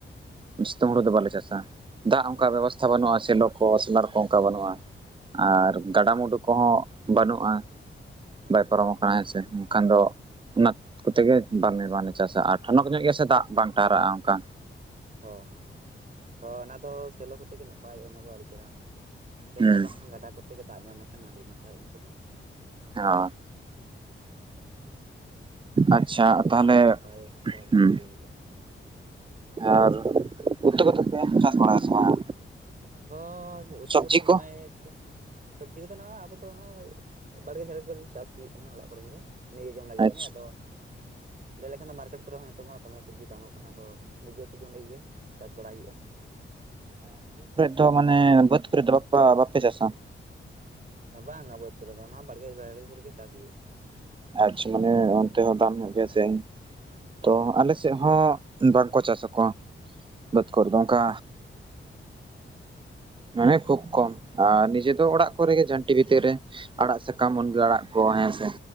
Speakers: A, on the right (about 25°); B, on the right (about 40°).
A: ᱥᱤᱛᱩᱝ ᱦᱩᱰᱩ ᱫᱚ ᱵᱟᱞᱮ ᱪᱟᱥᱟ᱾ ᱫᱟᱜ ᱚᱝᱠᱟ
B: ᱚ
A: ᱵᱮᱵᱚᱥᱛᱷᱟ ᱵᱟᱹᱱᱩᱜᱼᱟ, ᱥᱮᱞᱚ ᱠᱚ, ᱥᱮᱞᱟᱨ ᱠᱚ ᱚᱝᱠᱟ ᱵᱟᱹᱱᱩᱜᱼᱟ
B: ᱦᱳᱭ
A: ᱟᱨ ᱜᱟᱰᱟᱼᱢᱩᱰᱩ ᱠᱚᱦᱚᱸ ᱵᱟᱹᱱᱩᱜᱼᱟ
B: ᱦᱳᱭ
A: ᱵᱟᱭ ᱯᱟᱨᱚᱢᱟ ᱟ ᱦᱮᱸ ᱥᱮ ᱮᱱᱠᱷᱟᱱ ᱫᱚ ᱚᱱᱟ ᱠᱚᱛᱮ ᱜᱮ ᱵᱟᱞᱮ ᱵᱟᱝᱞᱮ ᱪᱟᱥᱟ, ᱟᱨ ᱴᱷᱚᱱᱚᱠ ᱡᱟᱭᱜᱟ ᱥᱮ ᱫᱟᱜ ᱵᱟᱝ ᱴᱟᱦᱟᱨᱟᱜᱼᱟ ᱚᱝᱠᱟ᱾
B: ᱦᱚ ᱦᱚ ᱚᱱᱟ ᱫᱚ ᱥᱮᱞᱚ ᱠᱚᱛᱮ ᱜᱮ ᱱᱟᱯ ᱱᱯᱟᱭᱚᱜᱼᱟ ᱚᱱᱟ ᱫᱚ ᱟᱹᱰᱤ ᱪᱮᱨᱦᱟ ᱥᱮᱞᱚ
A: ᱦᱩᱸ
B: ᱵᱟᱝᱠᱷᱟᱱ ᱜᱟᱰᱟ ᱠᱚᱛᱮ ᱜᱮ ᱫᱟᱜ ᱧᱟᱢ ᱞᱮᱠᱷᱟᱱ ᱟᱹᱰᱤ ᱱᱟᱯᱟᱭᱚᱜᱼᱟ ᱚᱱᱟ ᱠᱚᱫᱚ᱾
A: ᱦᱚ ᱟᱪᱪᱷᱟ
B: ᱚᱱᱟ ᱠᱚᱛᱮ ᱜᱮ ᱟᱹᱰᱤ
A: ᱛᱟᱦᱞᱮ
B: ᱪᱮᱦᱨᱟ ᱱᱟᱯᱟᱭ ᱫᱷᱟᱨᱟ ᱦᱩᱲᱩ
A: ᱦᱩᱸ
B: ᱠᱚ ᱦᱩᱭᱩᱜᱼᱟ
A: ᱟᱨ ᱩᱛᱩ ᱠᱚᱛᱮ ᱯᱮ ᱪᱟᱥ ᱵᱟᱲᱟᱭᱟ ᱥᱮ ᱵᱟᱝ?
B: ᱦᱚᱸ ᱩᱛᱩ
A: ᱥᱚᱵᱽᱡᱤ
B: ᱠᱚᱫᱚ ᱱᱚᱜᱼᱚᱭ
A: ᱠᱚ
B: ᱛᱚ ᱥᱚᱵᱽᱡᱤ ᱠᱚᱫᱚ ᱱᱚᱣᱟ ᱟᱵᱚ ᱫᱚ ᱱᱚᱣᱟ ᱵᱟᱲᱜᱮ ᱡᱷᱟᱲᱜᱮ ᱠᱚᱨᱮ ᱪᱟᱥ ᱦᱩᱭᱩᱜ ᱠᱟᱱᱟ ᱚᱲᱟᱜ ᱠᱚᱨᱮᱱ ᱜᱮ᱾ ᱱᱤᱡᱮ ᱡᱚᱢ ᱞᱟᱹᱜᱤᱫ
A: ᱟᱪᱪᱷᱟ
B: ᱜᱮ ᱟᱫᱚ ᱞᱟᱹᱭ ᱞᱮᱠᱷᱟᱱ ᱫᱚ ᱢᱟᱨᱠᱮᱴ ᱠᱚᱨᱮ ᱦᱚᱸ ᱱᱤᱛᱚᱜ ᱢᱟ ᱫᱚᱢᱮ ᱥᱚᱵᱽᱡᱤ ᱫᱟᱢᱚᱜ ᱠᱟᱱᱟ, ᱟᱫᱚ ᱱᱤᱡᱮ ᱛᱮ ᱡᱚᱢ ᱞᱟᱹᱜᱤᱫ ᱜᱮ ᱪᱟᱥ ᱵᱟᱲᱟᱭ ᱦᱩᱭᱩᱜᱼᱟ᱾
A: ᱛᱚ ᱢᱟᱱᱮ ᱵᱟᱹᱫᱽ ᱠᱚᱨᱮ ᱵᱟᱯᱟ ᱵᱟᱯᱮ ᱪᱟᱥᱟ?
B: ᱦᱮᱸ ᱵᱟᱝᱟ ᱵᱟᱹᱫᱽ ᱠᱚᱨᱮ ᱫᱚ ᱚᱱᱟ ᱵᱟᱲᱜᱮ ᱵᱟᱲᱜᱮ ᱠᱚᱨᱮᱜ ᱜᱮ ᱪᱟᱥ ᱦᱩᱭᱩᱜᱼᱟ᱾
A: ᱟᱪᱪᱷᱟ ᱢᱟᱱᱮ ᱚᱱᱛᱮ ᱦᱚᱸ ᱫᱟᱢ ᱧᱚᱜ ᱜᱮᱭᱟ ᱥᱮ
B: ᱦᱳᱭ
A: ᱛᱚ ᱟᱞᱮ ᱥᱮ ᱥᱮᱜ ᱦᱚᱸ ᱵᱟᱝ ᱠᱚ ᱪᱟᱥ ᱠᱚᱣᱟ ᱵᱟᱹᱫᱽ ᱠᱚᱨᱮ ᱫᱚ ᱚᱝᱠᱟ ᱢᱟᱱᱮ ᱠᱷᱩᱵ ᱠᱚᱢ, ᱟᱨ ᱱᱤᱡᱮ ᱫᱚ ᱚᱲᱟᱜ ᱠᱚᱨᱮ ᱜᱮ ᱡᱷᱟᱹᱱᱴᱤ ᱵᱷᱤᱛᱤᱨ ᱨᱮ ᱟᱲᱟᱜ ᱥᱟᱠᱟᱢᱜ
B: ᱦᱳᱭ
A: ᱢᱩᱱᱜᱟᱹ ᱟᱲᱟᱜ ᱠᱚ ᱦᱮᱸ ᱥᱮ